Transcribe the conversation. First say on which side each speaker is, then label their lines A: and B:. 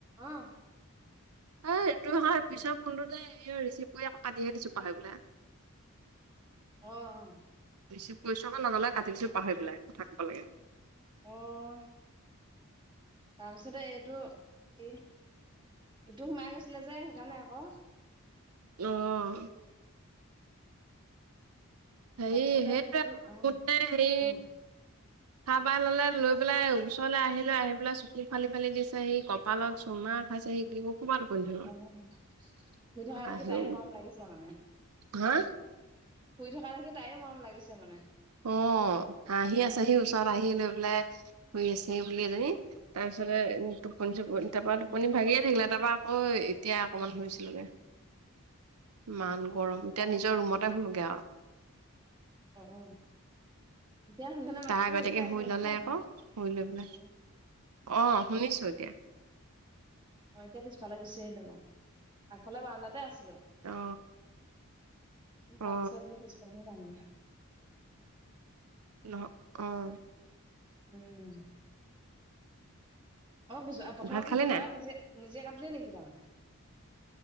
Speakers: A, on the right (about 20°); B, on the right (about 80°).
A: অ'।
B: এই এইটো হয়, পিছৰ ফোনটোতে এই ৰিচিভ কৰি আকৌ কাটিয়ে দিছো পাহৰি <unintelligible> <inaudible>
A: অ', অ'।
B: ৰিচিভ কৰিছো আকৌ লগে লগে কাটি দিছো পাহৰি পেলাই, কথা কব লাগে।
A: অ'। তাৰপিছতে এইটো, <unintelligible> এইটো সোমাই গৈছিলে যে সেইকাৰণে আকৌ।
B: অ'। হেৰি
A: তাৰপিছতে
B: <unintelligible>
A: কি অ
B: হেৰি
A: অ
B: <unintelligible> ল'লে লৈ পেলাই ওচৰলৈ আহিলে, আহি পেলাই চকু ফালি ফালি দিছে সি কপ কপালত চুমা খাইছে, <unintelligible> ধৰিব
A: <unintelligible> শুই থকা দেখি
B: আহেও
A: তাইও মৰম লাগিছে মানে।
B: হা
A: শুই থকা দেখি তাইও মৰম লাগিছে মানে।
B: অ', হাহি আছেহি ওচৰত আহি লৈ পেলাই শুই আছে বুলি এজনী, তাৰপিছতে টোপনি চোপনি তাৰপা
A: উম
B: টোপনি ভাগিয়ে থাকিলে তাৰপা <unintelligible> এতিয়া অকমান শুইছিলেগে, ইমান গৰম। এতিয়া
A: অ
B: নিজৰ ৰুমতে শুলোগে আৰু।
A: অ', অ'। এতিয়া শুনিছানে
B: তাৰ
A: মাতটো
B: আগতীয়াকে
A: ভালকে
B: শুই ললে আকৌ শুই লৈ পেলাই
A: <unintelligible>
B: অ শুনিছো এতিয়া
A: অ', এতিয়া পিছফালে গুচি আহিলো মই, আগফালে বাৰণ্ডাতে আছিলো।
B: অ
A: <unintelligible>
B: অ নহ অ'।
A: উম। অ', <unintelligible> প্ৰথমবাৰ
B: ভাত খালি
A: ফোনতো
B: নাই
A: তইৱে নিজে, নিজে কাটলি নেকি তাৰমানে।